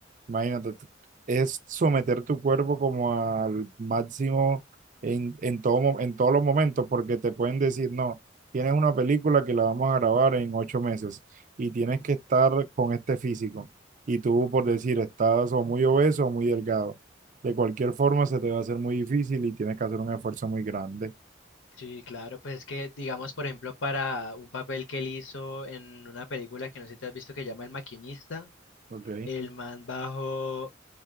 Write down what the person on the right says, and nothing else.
Imagínate, es someter tu cuerpo como al máximo en, en todo, mo- en todos los momentos, porque te pueden decir, no, tienes una película que la vamos a grabar en ocho meses y tienes que estar con este físico. Y tú, por decir, estás o muy obeso o muy delgado. De cualquier forma, se te va a hacer muy difícil y tienes que hacer un esfuerzo muy grande.
Ok,